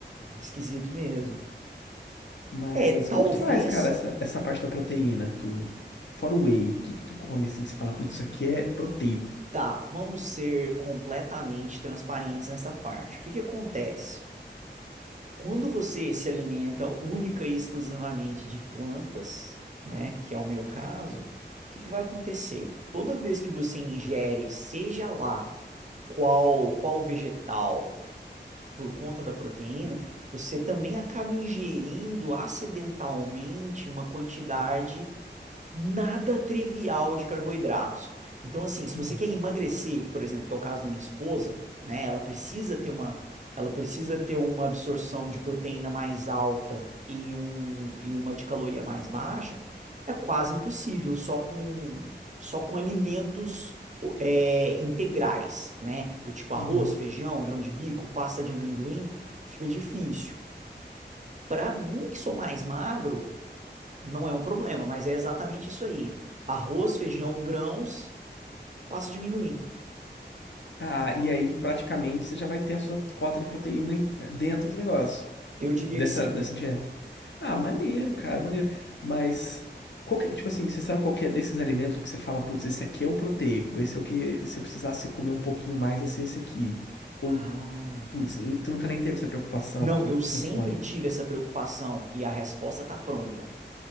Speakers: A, on the right (about 40°); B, on the left (about 80°).
A: esquisito mesmo.
B: Mas
A: É, talvez,
B: como que tu faz, cara, essa, essa parte da proteína? Tu, fora o whey, o que que tu come assim que você fala, putz, isso aqui é proteico?
A: tá, vamos ser completamente transparentes nessa parte. O que que acontece? Quando você se alimenta única e exclusivamente de plantas, né, que é o meu caso, o que que vai acontecer? Toda vez que você ingere, seja lá qual qual vegetal, por conta da proteína, você também acaba ingerindo acidentalmente uma quantidade nada trivial de carboidratos. Então, assim, se você
B: Uhum.
A: quer emagrecer, por exemplo, que é o caso da minha esposa, né? Ela precisa ter uma, ela precisa ter uma absorção de proteína mais alta e, um, e uma de caloria mais baixa. É quase impossível só com só com alimentos é, integrais, né? Do tipo arroz,
B: Uhum.
A: feijão, grão de bico, pasta de amendoim, fica difícil. Para mim, que sou mais magro, não é um problema, mas é exatamente isso aí. Arroz, feijão, grãos, passa a diminuir.
B: Ah, e aí praticamente você já vai ter a sua cota de proteína em- dentro do negócio.
A: Eu diria
B: dessa,
A: que sim.
B: dessa dieta. Ah, maneiro, cara, maneiro. Mas, qual que- tipo assim, você sabe qual que é desses alimentos que você fala, putz, esse aqui é o proteico, esse é o que, se eu precisasse comer um pouquinho mais, ia ser esse aqui. Ou,
A: Ah,
B: putz, n- tu nunca nem teve essa preocupação,
A: não,
B: porque
A: eu sempre
B: funciona.
A: tive essa preocupação e a resposta tá pronta.